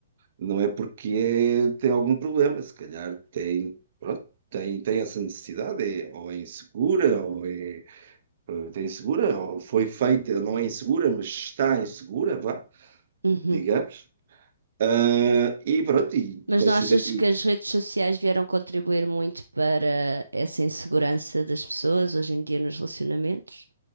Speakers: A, on the right; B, on the right.
A: não é porque é- tem algum problema, se calhar tem, pronto, tem, tem essa necessidade, é, ou é insegura, ou é, eh, tem insegura, ou foi feita, não é insegura, mas está insegura, vá,
B: Uhum.
A: digamos. Ah, e pronto, e
B: Mas
A: considera
B: não achas que as redes sociais vieram contribuir muito para essa insegurança das pessoas hoje em dia nos relacionamentos?